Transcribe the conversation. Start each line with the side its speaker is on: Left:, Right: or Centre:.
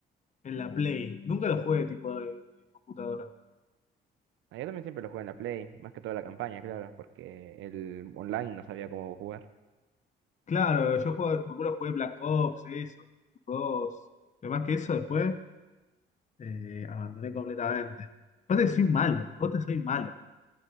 Left: en la Play. Nunca lo jugué tipo de, de computadora.
Right: Ah, yo también siempre lo juego en la Play, más que toda la campaña, claro, porque el online no sabía cómo jugar.
Left: Claro, yo juego- me acuerdo jugué Black Ops, eso, dos. Pero más que eso, después eh, abandoné completamente. Aparte, soy malo, vos te soy malo,